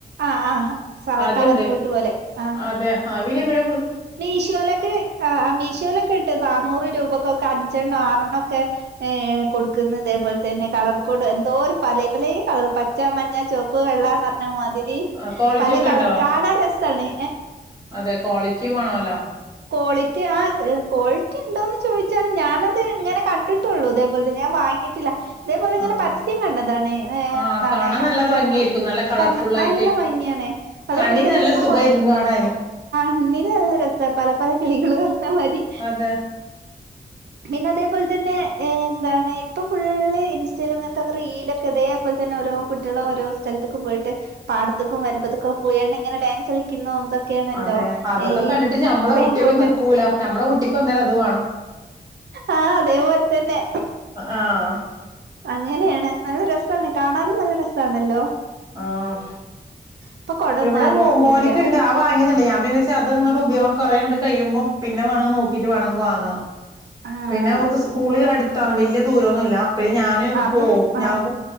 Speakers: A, on the right (about 90°); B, on the right (about 20°).
A: ആഹ് ആഹ് സ
B: അതുണ്ട്
A: കവർ കോട്ട് പോലെ ആഹ്
B: അതെ ആഹ് പിന്നെ ഇവന
A: മീഷോയിലൊക്കെ ആഹ് മീഷോയിലൊക്കെ ക്കെട്ട് നാന്നൂറ് രൂപക്കൊക്കെ അഞ്ചെണ്ണം ആറെണ്ണം ഒക്കെ ഏഹ് കൊടുക്കുന്നത് ഇതേപോലെ തന്നെ കളർ കോഡ് എന്തോ ഒരു പലേ പലേ കളർ പച്ച മഞ്ഞ ചുവപ്പ് വെള്ളാന്ന് പറഞ്ഞാ മതി
B: ആഹ് ക്വാളിറ്റി
A: പല
B: ഒക്കെ
A: കളർ
B: ഉണ്ടോ
A: കാണാൻ രസാണ്
B: അതെ ക്വാളിറ്റി വേണല്ലോ
A: കോളിറ്റി ആഹ് കോളിറ്റിക്കെ ണ്ടോന്ന് ചോദിച്ചാൽ ഞാനത് അങ്ങനെ കണ്ടിട്ടു ണ്ടിട്ടുള്ളു ഇതേപോലെ തന്നെ ഞാൻ വാങ്ങിയിട്ടില്ല ഇതേപോലെ ഇങ്ങനെ
B: ആഹ്
A: പരസ്യം കണ്ടതാണ് എന്താണ്
B: ആഹ് കാണാൻ നല്ല
A: അഞ്ചെണ്ണം
B: ഭംഗിയായിരിക്കും നല്ല കളർഫുൾ
A: കാണ് നല്ല
B: ആയിട്ട്
A: ഭംഗിയാണ് അതേപോലെ
B: കണ്ണിന്
A: തന്നെ
B: നല്ല
A: ഇപ്പൊ
B: സുഖായിരിക്കും
A: കൊറ
B: കാണാന്
A: ണ്ണിന് നല്ല രസ പല പല കിളികളള് വന്നമാതിരി
B: അതെ
A: പിന്നെ തെ അതുപോലെ തന്നെ എന്താണ് ഇപ്പൊ ഫുള്ള് ഇൻസ്റ്റേലും അങ്ങൻത്തൊക്കെ റീലൊക്കെ ഇതേ പോലെ തന്നെ ഓരോ കുട്ടികള് ഓരോ സ്ഥലത്തുക്കും പോയിട്ട് പാടത്ത്ക്കും വരമ്പത്ക്കൊക്കെ പോയാണ്ട് ഇങ്ങനെ ഡാൻസ് കളിക്കുന്നു എന്തൊ ക്കെയാണല്ലോ
B: അതെ അതൊക്കെ
A: ഈ
B: കണ്ടിട്ട് ഞമ്മളെ
A: റെയിൻകോട്ട്
B: കുട്ടിയൊക്കെ നിക്കൂല ഞമ്മളെ കുട്ടിക്ക് ഒന്നേരം അത് വേണം
A: ആഹ് അതേപോലെ തന്നെ
B: ആഹ്
A: അങ്ങനെയാണ് നല്ല രസാണ് കാണാനും നല്ല രസാണല്ലോ
B: ആഹ്
A: ഇപ്പൊ കൊടൊന്നും
B: ഇവിടെ
A: ആരെടുത്തും
B: മോ മോനിക്കിണ്ട്
A: ഇല്ല
B: ആവാ വാങ്ങിയതാണ് ഞാൻ പിന്നെ ച അങ്ങട്ട് ഉപയോഗം കുറെ കഴിയുമ്പോൾ പിന്നെ വാങ്ങാൻ നോക്കിട്ട് വാണങ്കിൽ വാങ്ങാം
A: ആഹ്
B: പിന്നെ അവക്ക് സ്ക്കൂളിൽ അടുത്താണ് വലിയ ദൂരോന്നുല്ല അപ്പയേ ഞാന്
A: അപ്പം
B: പോവും
A: ആഹ്
B: ഞാ